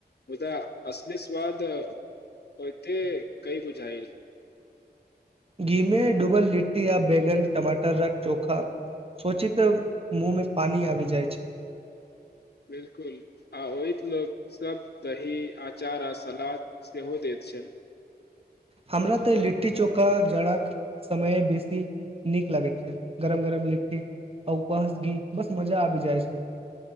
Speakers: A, on the left; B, on the right.
A: मुदा असली स्वाद ओते कई बुझायल
B: घीमे डूबल लिट्टी आ बैगन टमाटरक चोखा सोचिते मुंहमे पानी आबी जाइ छै
A: बिलकुल आ ओहित लोकसभ दही अँचार आ सलाद सेहो दैत छै
B: हमरा तऽ लिट्टी चोखा जड़ाके समय बेसी नीक लागैत छै गरम गरम लिट्टी आ उपर स घी बस मजा आबि जाइ छै